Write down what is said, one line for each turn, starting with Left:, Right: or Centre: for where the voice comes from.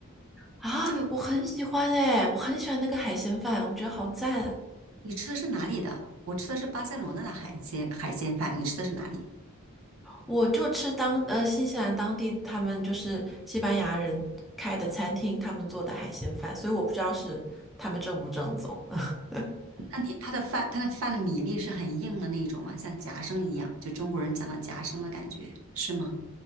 Centre: 啊，
Right: <laughs> 就
Centre: 我很喜欢哎，我很喜欢那个海鲜饭，我觉得好赞。
Right: 你吃的是哪里的？我吃的是巴塞罗那的海鲜海鲜饭，你吃的是哪里？
Centre: 我就吃当呃新西兰当地他们就是西班牙人开的餐厅，他们做的海鲜饭，所以我不知道是他们正不正宗。<laughs>
Right: 那你它的饭它的饭的米粒是很硬的那种吗？像夹生一样，就中国人讲的夹生的感觉，是吗？